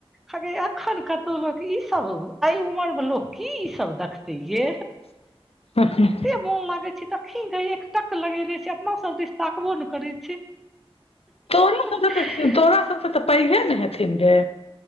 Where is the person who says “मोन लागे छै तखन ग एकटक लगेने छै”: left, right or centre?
Centre